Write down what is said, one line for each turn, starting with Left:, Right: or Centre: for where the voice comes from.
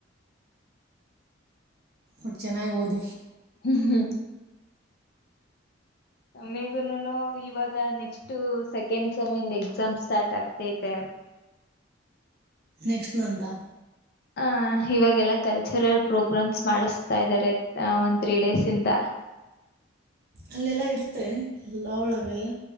Right: ಬಟ್ಟು ಚೆನ್ನಾಗಿ ಓದ
Left: ಹ್ಮ್ ಮೇಗುನು ಇವಾಗ ನೆಕ್ಸ್ಟ್ ಸೆಕೆಂಡ್ ಸೆಮನ್ ಎಕ್ಸಾಮ್ ಸ್ಟಾರ್ಟ್ ಆಗ್ತೈತೆ
Right: ನೆಕ್ಸ್ಟ್ ಮಂಂತಾ
Left: ಆಹ ಇವಾಗೆಲ್ಲ ಕಲ್ಚರಲ್ ಪ್ರೋಗ್ರಾಮ್ಸ್ ಮಾಡಿಸ್ತಾ ಇದ್ದಾರೆ ಒಂದು ತ್ರೀ ಡೇಸ್ ಇಂದ
Right: ಅಲ್ಲೆಲ್ಲ ಇರುತ್ತೆ ಎಲ್ಲ ಅವಳಗೆಲ್ಲ